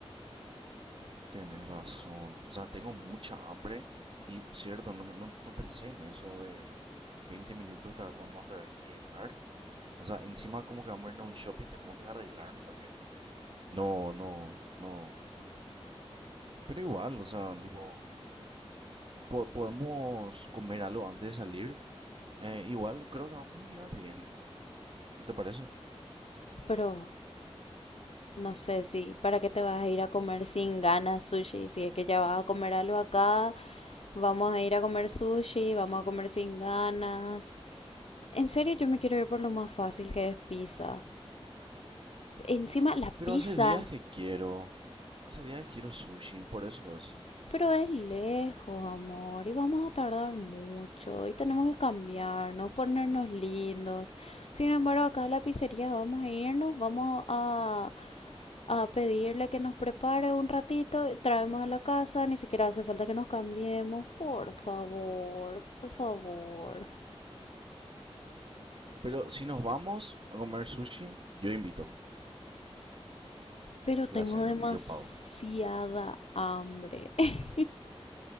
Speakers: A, on the right (about 55°); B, on the left (about 75°).
A: Tenés razón. O sea, tengo mucha hambre. Y cierto, no, no, no pensé en eso de veinte minutos tar- vamos a tardar en llegar. O sea, encima como que vamos a irnos a un shopping, tenemos que arreglarnos también. No, no, no. Pero igual, o sea, tipo, po- podemos comer algo antes de salir. Eh, igual creo que vamos a llegar bien, ¿no te parece?
B: pero no sé si, ¿para qué te vas a ir a comer sin ganas sushi? Si es que ya vas a comer algo acá, vamos a ir a comer sushi, vamos a comer sin ganas. En serio, yo me quiero ir por lo más fácil que es pizza. Encima, la pizza.
A: Pero hace días que quiero, hace días que quiero sushi, por eso es.
B: Pero es lejos, amor, y vamos a tardar mucho, y tenemos que cambiarnos, ponernos lindos. Sin embargo, acá a la pizzería vamos a irnos, vamos a, a pedirle que nos prepare un ratito, y traemos a la casa, ni siquiera hace falta que nos cambiemos. Por favor, por favor.
A: Pero si nos vamos a comer sushi, yo invito
B: Pero tengo
A: la cena,
B: demasiada
A: yo pago.
B: hambre. <laughs>